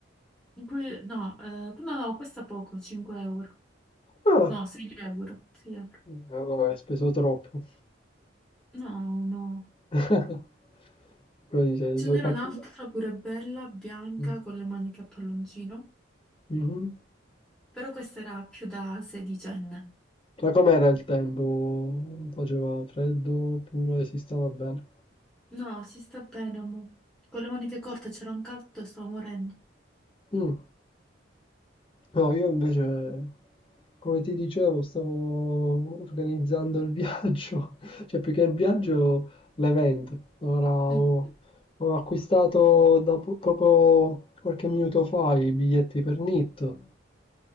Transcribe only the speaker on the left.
Ah,
eh, vabbè, hai speso troppo.
<laughs> Dove
hai fatto?
Mh.
Mh-mh.
Ma com'era il tempo? Faceva freddo oppure si stava bene?
Mh. No, io invece, come ti dicevo, stavo organizzando il viaggio, <laughs> cioè più che il viaggio, l'evento. Ora ho,
ho acquistato da po- proprio qualche minuto fa i biglietti per NIT